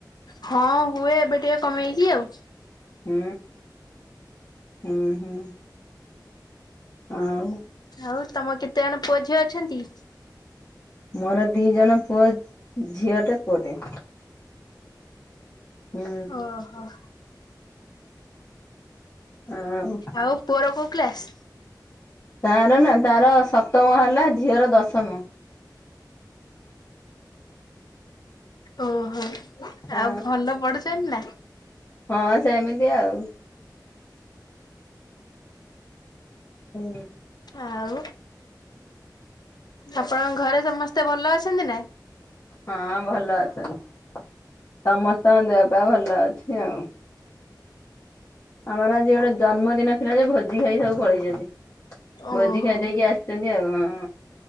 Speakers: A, on the left (about 65°); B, on the left (about 45°).
A: ହଁ ହୁଏ ଏବେ ଟିକେ କମେଇଛି ଆଉ।
B: ହୁଁ ହୁଁ ହୁଁ। ଅଁ?
A: ଆଉ ତମ କେତେ ଜଣ ପୁଅ ଝିଅ ଅଛନ୍ତି?
B: ମୋର ଦି ଜଣ ପୁଅ ଝିଅଟେ ପୁଅଟେ। ହୁଁ।
A: ଓହୋ।
B: ହୁଁ।
A: ଆଉ ପୁଅର କୋଉ କ୍ଲାସ୍?
B: ତାର ନା ତାର ସପ୍ତମ ହେଲା ଝିଅର ଦଶମ।
A: ଓହୋ।
B: ହଁ
A: ଆଉ ଭଲ ପଢୁଛନ୍ତି ନା?
B: ହଁ ସେମିତି ଆଉ। ହୁଁ।
A: ଆଉ। ଆପଣଙ୍କ ଘରେ ସମସ୍ତେ ଭଲ ଅଛନ୍ତି ନା?
B: ହଁ ଭଲ ଅଛନ୍ତି। ସମସ୍ତଙ୍କ ଦେହ ପା ଭଲ ଅଛି ଆଉ। ଆମର ଆଜି ଗୋଟେ ଜନ୍ମଦିନ ଥିଲା ଯେ ଭୋଜି ଖାଇ ସବୁ ପଳେଇଚନ୍ତି। ଭୋଜି
A: ଓହୋ।
B: ଖାଇ ଦେଇକି ଆସିଚନ୍ତି ଆଉ ହଁ।